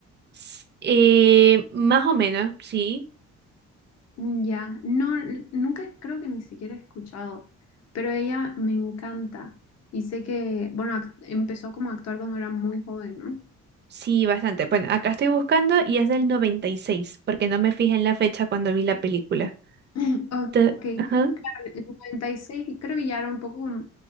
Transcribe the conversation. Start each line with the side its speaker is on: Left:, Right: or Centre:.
Right: S- eh, más o menos, sí.
Left: Mm, Ya, no, l- nunca creo que ni siquiera he escuchado, pero ella me encanta y sé que, bueno, ac- empezó como a actuar cuando era muy joven, ¿no?
Right: Sí, bastante. Bueno, acá estoy buscando y es del 96, porque no me fijé en la fecha cuando vi la película.
Left: <clears throat> Ok,
Right: Te-
Left: claro,
Right: Ajá,
Left: en el 96 y seis y creo que ya era un poco como